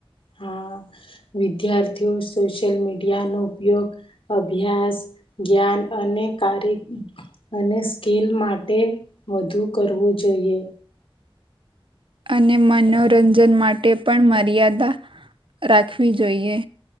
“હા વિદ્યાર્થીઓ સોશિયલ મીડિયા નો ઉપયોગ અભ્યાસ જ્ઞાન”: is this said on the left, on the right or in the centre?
Left